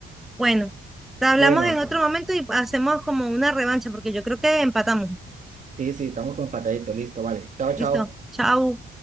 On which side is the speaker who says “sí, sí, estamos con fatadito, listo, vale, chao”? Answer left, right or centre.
Right